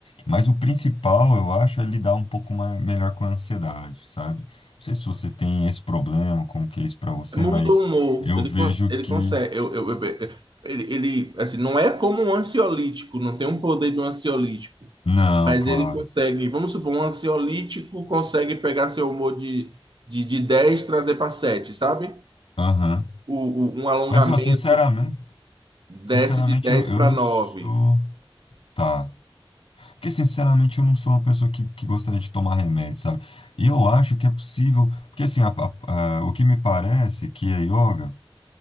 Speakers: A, on the left; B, on the right.
A: Mas o principal, eu acho, é lidar um pouco mais, melhor com a ansiedade, sabe? Não sei se você tem esse problema, como que é isso para você,
B: Muda
A: mas
B: o humor,
A: eu
B: ele,
A: vejo
B: cons- ele
A: que...
B: consegue. Eu, eu, eu- ele, ele, assim, não é como um ansiolítico, não tem um poder de um ansiolítico,
A: Não,
B: mas
A: claro.
B: ele consegue. Vamos supor, um ansiolítico consegue pegar seu humor de, de, de 10 e trazer para sete sabe?
A: Aham.
B: O, o- um alongamento
A: Mas, ó, sinceramente...
B: desce
A: Sinceramente,
B: de 10
A: eu, eu
B: para
A: não
B: nove
A: sou. Tá. Porque, sinceramente, eu não sou uma pessoa que, que gostaria de tomar remédio, sabe? E eu acho que é possível. Porque, assim, a- a- a- o que me parece que a yoga,